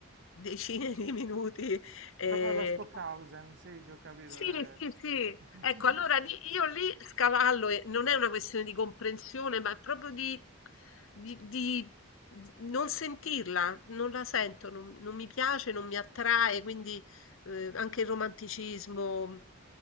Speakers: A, on the left; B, on the right.
A: decine <laughs> di minuti. eh,
B: Proprio la Stockhausen, sì, sì, ho capito.
A: sì,
B: eh.
A: sì, sì.
B: <laughs>
A: Ecco, allora lì- io lì scavallo e non è una questione di comprensione, ma è proprio di, di- di Mhmm, non sentirla, non la sento, non, non mi piace, non mi attrae, quindi eh, anche il romanticismo, m-